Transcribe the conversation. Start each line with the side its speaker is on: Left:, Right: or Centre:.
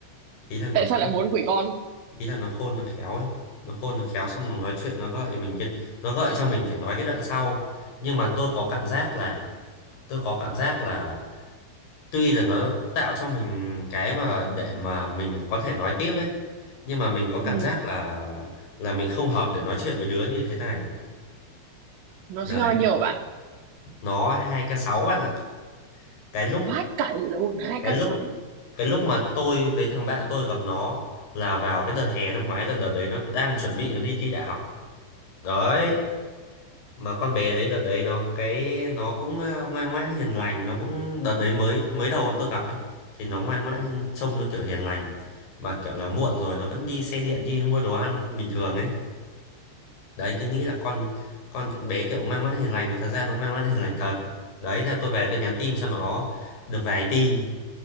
Left: ý là nó
Right: tại
Left: khôn-
Right: sao lại muốn quỷ con?
Left: ý là nó khôn nó khéo ấy nó khôn nó khéo xong nó nói chuyện nó gợi mình cái nó gợi cho mình phải nói cái đoạn sau nhưng mà tôi có cảm giác là tôi có cảm giác là tuy là nó tạo cho mình cái mà để mà mình có thể nói tiếp ấy nhưng mà mình có cảm
Right: Ừ,
Left: giác là là mình không hợp để nói chuyện với đứa như thế này
Right: nó
Left: đấy
Right: sinh bao nhiều hả bạn?
Left: nó hai k sáu bạn ạ cái lúc
Right: Vát cày lộn hai
Left: cái
Right: k
Left: lúc
Right: sáu.
Left: cái lúc mà tôi với thằng bạn tôi gặp nó là vào cái đợt hè năm ngoái là đợt đấy nó đang chuẩn bị nó đi thi đại học đấy mà con bé đấy đợt đấy nó cái nó cũng ờ, ngoan ngoãn hiền lành nó cũng đợt đấy mới mới đầu bọn tôi gặp ấy thì nó ngoan ngoãn hiền- trông nó kiểu hiền lành mà kiểu là muộn rồi nó vẫn đi xe điện đi mua đồ ăn bình thường ấy đấy cứ nghĩ là con con bé kiểu ngoan ngoãn hiền lành mà thật ra nó ngoan ngoãn hiền lành thật đấy thế là tôi về tôi nhắn tin cho nó được vài tin